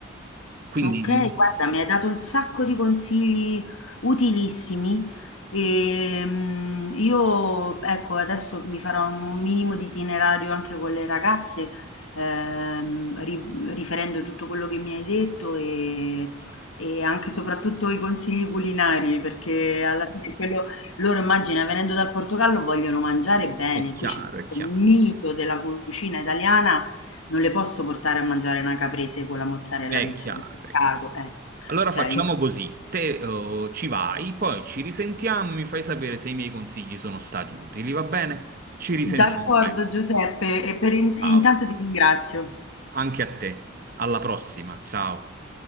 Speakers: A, on the right; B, on the left.
A: Quindi
B: Okay,
A: mm,
B: guarda, mi hai dato un sacco di consigli utilissimi. Ehm, io, ecco, adesso mi farò un minimo di itinerario anche con le ragazze, ehm, ri- riferendo tutto quello che mi hai detto e, e anche e soprattutto i consigli culinari, perché alla fine quello, loro, immagina, venendo dal Portogallo, vogliono mangiare bene.
A: è chiaro,
B: Qui c'è questo
A: è chiaro,
B: mito della cucina italiana non le posso portare a mangiare una caprese con la mozzarella
A: è
B: del
A: chiaro.
B: supermercato, eh.
A: Allora
B: Cioè,
A: facciamo così, te eh, ci vai, poi ci risentiamo, mi fai sapere se i miei consigli sono stati utili, va bene? Ci risentiamo
B: d'accordo
A: presto.
B: Giuseppe e per in- e
A: Ciao.
B: intanto ti ringrazio.
A: Anche a te. Alla prossima. Ciao.